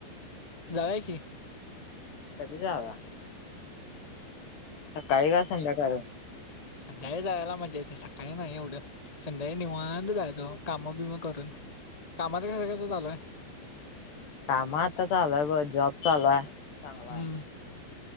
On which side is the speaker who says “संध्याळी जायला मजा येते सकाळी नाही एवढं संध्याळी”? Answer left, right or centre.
Left